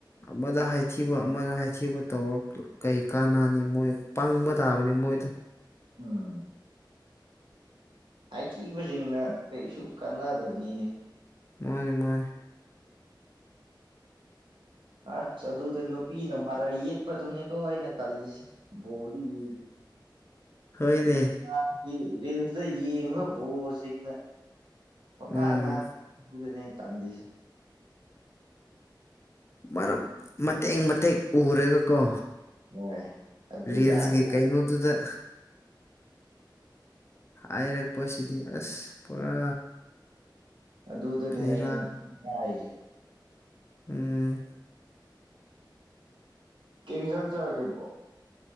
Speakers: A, on the left; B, on the right.
A: ꯑꯃꯗ ꯍꯥꯏ ꯊꯤꯕ ꯑꯃꯗ ꯍꯥꯏꯊꯤꯕ ꯇꯧꯔ ꯀꯩ ꯀꯥꯟꯅꯅꯤ ꯃꯣꯏ ꯄꯪꯕ ꯇꯥꯕꯅꯤ ꯃꯣꯏꯗ
B: ꯎꯝ ꯍꯥꯏꯊꯤꯕꯁꯤꯡꯅ ꯀꯩꯁꯨ ꯀꯥꯟꯅꯗꯕꯅꯤꯅꯦ
A: ꯃꯥꯅꯦ ꯃꯥꯅꯦ
B: ꯑꯁ ꯑꯗꯨꯗ ꯅꯨꯄꯤꯅ ꯃꯥꯔꯩ ꯌꯦꯛꯄꯗꯨꯅꯦꯀꯣ ꯑꯩꯅ ꯇꯜꯂꯤꯁꯦ ꯕꯣꯜꯗꯤ <unintelligible>
A: ꯍꯣꯏꯅꯦ
B: ꯑꯩꯅꯥ <unintelligible> ꯔꯤꯜꯁꯇ ꯌꯦꯡꯉꯥ ꯕꯣꯜꯁꯤꯡꯅ ꯄꯪꯉꯥꯡ
A: ꯎꯝ
B: ꯉꯥꯡꯏ <unintelligible> ꯇꯜꯂꯤꯁꯦ
A: ꯃꯔꯝ ꯃꯇꯦꯛ ꯃꯇꯦꯛ ꯎꯔꯒꯀꯣ
B: ꯍꯣꯏ ꯑꯗꯨ
A: ꯔꯤꯜꯁꯒꯤ
B: ꯌꯥꯗꯦ
A: ꯀꯩꯅꯣꯗꯨꯗ ꯍꯥꯏꯔꯛꯄꯁꯤꯗꯤ ꯑꯁ ꯄꯨꯔꯥ
B: ꯑꯗꯨꯗꯅꯦ
A: ꯐꯦꯔꯥ
B: ꯑꯩꯅ ꯏ ꯀꯥꯏꯁꯦ
A: ꯎꯝ
B: ꯀꯩ ꯏꯟꯖꯥꯡ ꯆꯔꯒꯦ ꯕꯔꯣ꯫